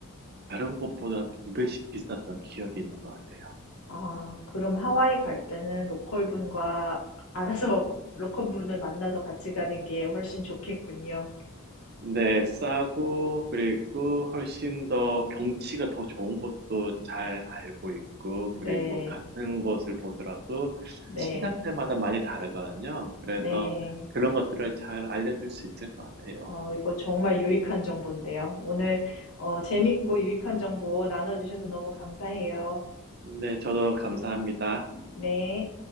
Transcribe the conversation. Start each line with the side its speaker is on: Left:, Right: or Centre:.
Right: 다른 곳보다 두 배씩 비쌌던 기억이 있는 것 같아요.
Left: 아, 그럼 하와이 갈 때는 로컬 분과 알아서 <laughs> 로컬 분을 만나서 같이 가는 게 훨씬 좋겠군요.
Right: 네, 싸고, 그리고 훨씬 더 경치가 더 좋은 곳도 잘 알고 있고,
Left: 네,
Right: 그리고 같은 곳을 보더라도
Left: 네,
Right: 시간대마다 많이 다르거든요. 그래서
Left: 네.
Right: 그런 것들을 잘 알려줄 수 있을 것 같아요.
Left: 어, 이거 정말 유익한 정보인데요. 오늘, 어, 재밌고 유익한 정보 나눠주셔서 너무 감사해요.
Right: 네, 저도 감사합니다.
Left: 네.